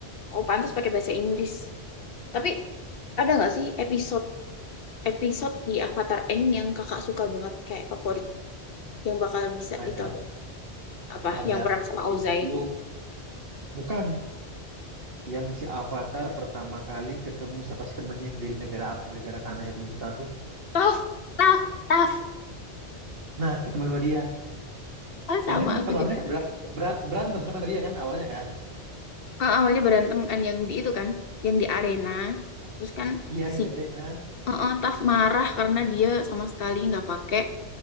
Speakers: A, on the left; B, on the right.
A: oh pantas pakai bahasa Inggris. Tapi ada nggak sih episode episode di Avatar Aang yang kakak suka banget kayak favorit yang bakal bisa
B: Ada,
A: ditonton apa
B: ada.
A: yang perang sama
B: Itu
A: Ozai
B: bukan. yang si Avatar pertama kali ketemu siapa sih temennya yang dari negara negara tanah yang buta tuh.
A: Tough, tough, tough.
B: Nah, ketemu sama dia.
A: Oh, sama
B: Yang kan
A: aku
B: pertamanya
A: juga
B: kan
A: suka
B: bera-
A: itu.
B: bera- berantem kan sama dia kan awalnya kan.
A: Ah, awalnya berantem kan yang di itu kan, yang di arena. Terus kan
B: Iya, yang
A: si
B: dari nah.
A: eh, eh, Taf marah karena dia sama sekali nggak pakai